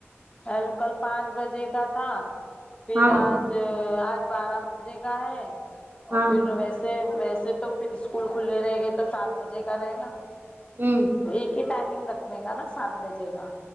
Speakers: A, on the left; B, on the right.
A: الو کل پانچ بجے کا تھا پھر
B: ہاں
A: آج آج بارہ بجے کا ہے اور
B: ہاں
A: پھر ویسے سے ویسے تو پھر اسکول کھلے رہے گے تو سات بجے کا رہے گا
B: ہوں
A: تو ایک ہی ٹائمنگ رکھنے کا نا سات بجے کا